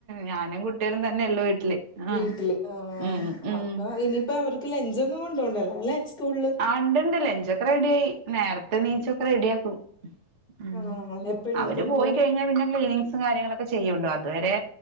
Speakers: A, on the right; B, on the left.
A: ഞാനും കുട്ട്യോളും തന്നെയുള്ളൂ വീട്ടില് ആഹ്
B: വീട്ടില് ആഹ്
A: ഉം ഉം
B: അപ്പൊ ഇനിയിപ്പോ അവർക്ക് ലഞ്ചാെന്നും കൊണ്ടോണ്ടല്ലോ അല്ലെ സ്കൂള്
A: ഇണ്ടണ്ട് ലഞ്ചാെക്കെ റെഡി ആയി നേരത്ത നീച്ചൊക്കെ റെഡിയാക്കും ഉം
B: ആഹ് എപ്പണീക്കപ്പോ
A: അവര് പോയി കഴിഞ്ഞാ പിന്നെ ക്ലീനിങ്ങ്സും കാര്യങ്ങളൊക്കെ ചെയ്യുണ്ടോ അതുവരെ